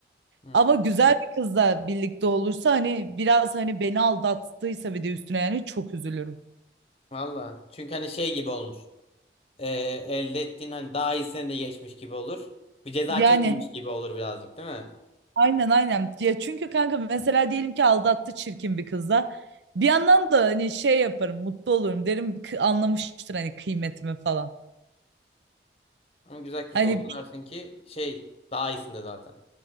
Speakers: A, on the left; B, on the right.
A: Hı.
B: Ama güzel bir kızla birlikte olursa hani biraz hani beni aldattıysa bir de üstüne yani çok üzülürüm.
A: Valla. Çünkü hani şey gibi olmuş. Ee, elde ettiğin hani daha iyisine de geçmiş gibi olur. Bir ceza
B: Yani
A: çekmemiş gibi olur birazcık değil mi?
B: aynen aynen. Ya çünkü kanka mesela diyelim ki aldattı çirkin bir kızla. Bir yandan da hani şey yaparım, mutlu olurum derim "Kı- anlamıştır hani kıymetimi falan.
A: Ama güzel kız
B: Hani
A: da olsa
B: bi-
A: dersin ki şey daha iyisinde zaten.